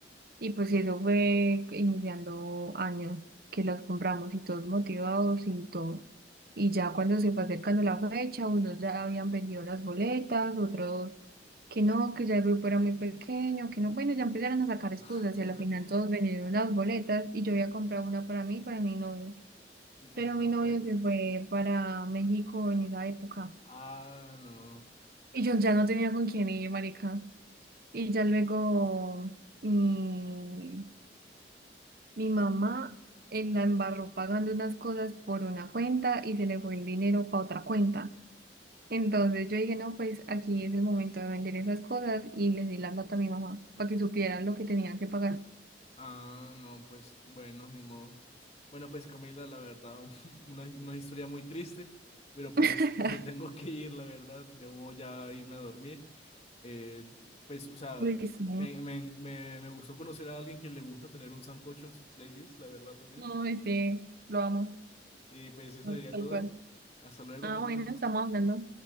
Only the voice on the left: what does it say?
<laughs>
¿Y por
qué no
fue?
Ah, no.
Ah, no, pues bueno, ni modo. Bueno, pues Camila, la verdad, <laughs> una, una historia muy triste, pero pues
me tengo que ir, la verdad, debo ya irme a dormir. Eh, pues, o sea,
me,
me, me, me gustó conocer a alguien que le gusta tener un sancocho en sus playlists, la verdad también.
Y pues eso
sería
todo.
Hasta luego,
Camila.